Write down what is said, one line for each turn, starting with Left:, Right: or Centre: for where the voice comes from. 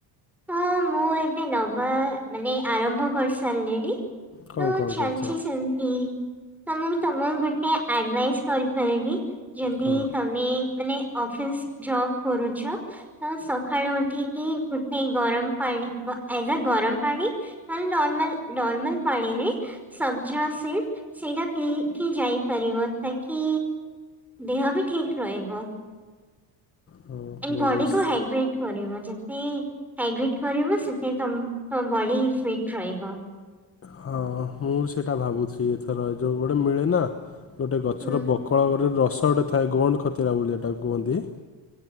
Centre: ହଁ ମୁଁ ଏବେ ନବା ମାନେ ଆରମ୍ଭ କରି ସାରିଲିଣି
Left: କଣ
Centre: ତ
Left: କଣ
Centre: ଚାଲିଛି
Left: କରୁଛ
Centre: ସେମିତି - ତା ମାନେ ତମକୁ ଗୋଟେ ଆଡଭାଇସ୍ କରିପାରିବି ଯଦି
Left: କଣ
Centre: ତମେ ମାନେ ଅଫିସ ଯବ୍ କରୁଛ ତ ସଖାଳୁ ଉଠିକି ଗୁଟ - ନାଇ ଗରମ ପାଣି ଆଇଦର୍ ଗରମ ପାଣି ନହେଲେ ନର୍ମାଲ ନର୍ମାଲ ପାଣିରେ ସବ୍ଜଏସିଡ ସେଇଟା ପିଇକି ଯାଇପାରିବ ତାକି ଦେହ ବି ଠିକ୍ ରହିବ -
Left: ହଉ ମୁଁ
Centre: ବଡିିକୁ
Left: ବି
Centre: ହାଇଡ୍ରେଟ କରିବ ଯେତି ହାଇଡ୍ରେଟ୍ କରିବ ସେତେ ତମ ତମ ବଡି ଫିଟ୍ ରହିବ।
Left: ହଁ ମୁଁ ସେଇଟା ଭାବୁଛି ଏଥର ଯୋଉ ଗୋଟେ ମିଳେ ନା ଗୋଟେ ଗଛର
Centre: ହୁଁ
Left: ବ କଳ କରିଦେଲେ ରେ ରସ ଗୋଟେ ଥାଏ ଗୋଣ୍ଡ ଖତିରା ଭଳି ଏଟାକୁ କୁହନ୍ତି -